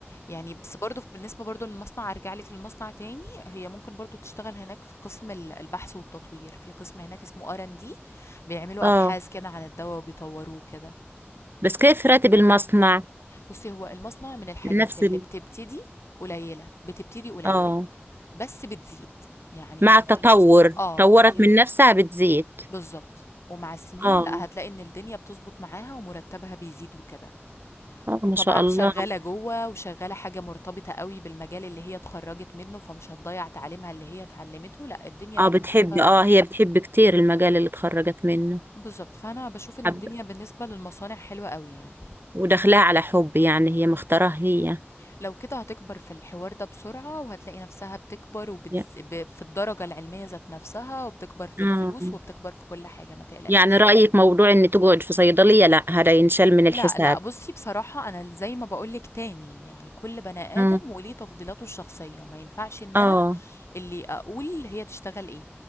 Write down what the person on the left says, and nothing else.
يعني بس برضه بالنسبة برضه للمصنع أرجع لِك للمصنع تاني، هي ممكن برضه تشتغل هناك في قسم ال البحث والتطوير، في قسم هناك اسمه R&D بيعملوا
أبحاث كده عن الدوا وبيطوّروه وكده.
بُصّي، هو المصنع من الحاجات
اللي
بتبتدي قليّلة، بتبتدي قليّلة.
بس بتزيد، يعني
أنتِ
في المصنع آه،
أنتِ
بالضبط، ومع السنين
لأ هتلاقي إن الدنيا بتضبط معاها ومرتبها بيزيد وكده،
وطبعًا
شغالة جوّه وشغالة حاجة مرتبطة أوي بالمجال اللي هي اتخرّجت منه، فمش هتضيّع تعليمها اللي هي اتعلمته، لأ الدنيا
بالنسبة
بالضبط، فأنا باشوف إن
الدنيا بالنسبة للمصانع حلوة أوي يعني،
لو كده هتكبر في الحوار ده بسرعة وهتلاقي نفسها بتكبر وبتز
ب في الدرجة العلمية ذات نفسها، وبتكبر في
الفلوس وبتكبر في كل حاجة، ما تقلقيش.
لأ،
لأ، بُصّي بصراحة أنا ال زي ما باقول لِك تاني، يعني كل بني
آدم وليه تفضيلاته الشخصية، ما ينفعش إن
أنا اللي أقول هي تشتغل إيه،